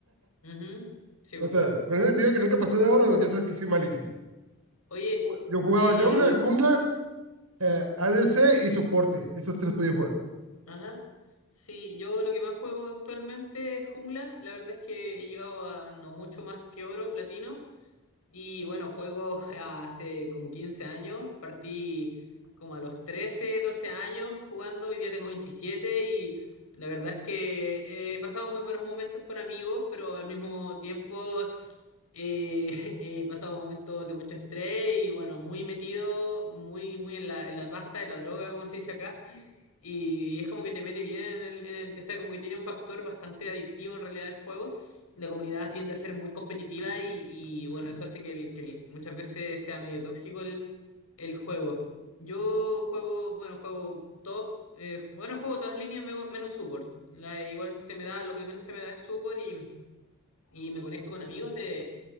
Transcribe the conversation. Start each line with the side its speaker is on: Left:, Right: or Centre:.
Left: ujú, sí, po.
Right: O sea, con eso te digo que nunca pasé de oro, ya sabes que soy malísimo.
Left: Oye,
Right: Yo jugaba
Left: eh,
Right: jungla, jungla eh, ADC y soporte, esos tres podía jugar.
Left: ajá. Sí, yo lo que más juego actualmente es jungla. La verdad es que he llegado a no mucho más que oro, platino. Y bueno, juego <laughs> hace como 15 años, partí como a los 13 12 años jugando, hoy día tengo 27 y la verdad es que he pasado muy buenos momentos con amigos, pero al mismo tiempo eh, <laughs> he pasado momentos de mucho estrés y bueno, muy metido, muy, muy en la, en la pasta, en la droga, como se dice acá. Y es como que te mete bien en el, en el- O sea, como que tiene un factor bastante adictivo en realidad el juego. La comunidad tiende a ser muy competitiva y, y, bueno, eso hace que, el- que el- muchas veces sea medio tóxico el, el juego. Yo juego, bueno, juego top. eh, bueno, juego todas las líneas me- menos support. La- igual se me da, lo que menos se me da es support y, y me conecto con amigos de,